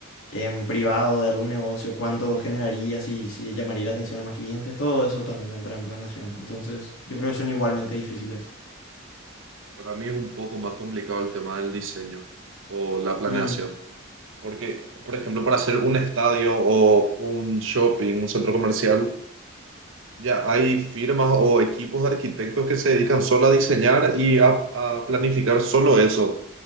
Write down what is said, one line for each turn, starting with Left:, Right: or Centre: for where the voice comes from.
Left: en privado de algún negocio, cuánto generaría, si, si llamaría la atención a más clientes, todo eso también entra en planeación. Entonces, yo creo que son igualmente difíciles.
Right: Para mí es un poco más complicado el tema del diseño o la planeación.
Left: Mm,
Right: Porque, por ejemplo, para hacer un estadio o un shopping, un centro comercial, Ya hay firmas o equipos de arquitectos que se dedican solo a diseñar y a, a planificar solo eso.